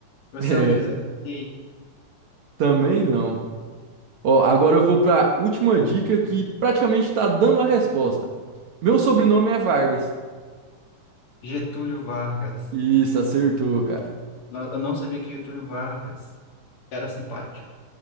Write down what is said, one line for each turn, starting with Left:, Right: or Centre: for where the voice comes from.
Left: Você
Right: É,
Left: é o José Sarney?
Right: também não. Ó, agora eu vou para a última dica que praticamente está dando a resposta. Meu sobrenome é Vargas.
Left: Getúlio Vargas.
Right: Isso, acertou, cara.
Left: No- Eu não sabia que Getúlio Vargas era simpático.